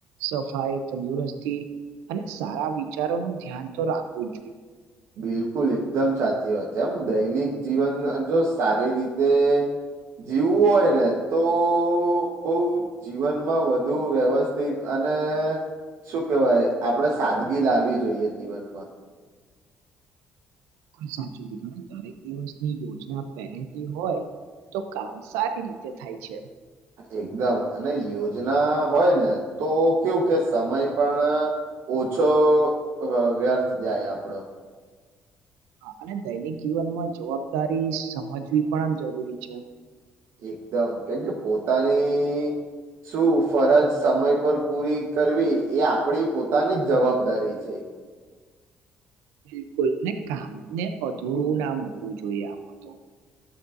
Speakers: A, on the right; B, on the right.
A: સફાઈ તંદુરસ્તી અને સારા વિચારોનું, ધ્યાન તો રાખવુંજ જોઈએ
B: બિલકુલ એકદમ સાચી વાત છે, આમ દૈનિક જીવન જો સારી રીતે જીવવું હોય, ને તો બઉ જીવનમા વધુ વ્યવસ્થિત ને શું કેહેવાય, આપડે સાદગી લાવવી જોઈએ, જીવનમાં
A: કોઈ સાચું કીધું, ને દરેક દિવસની યોજના પહેલેથી હોય. તો કામ સારી રીતે થાય છે.
B: એકદમ અને યોજના હોય, ને તો કેવું, કે સમય પણ ઓછો વ્યર્થ જાય, આપડો
A: હા, અને દૈનિક જીવનમા જવાબદારી સમજવી પણ આમ જરૂરી છે.
B: એકદમ, કેમ કે પોતાની શું ફરજ સમય પર પૂરી કરવી એ આપણી પોતાની જ જવાબદારી છે.
A: <inaudible> બિલકુલ અને કામને અધૂરું ના મૂકવું જોઈએ, આમ તો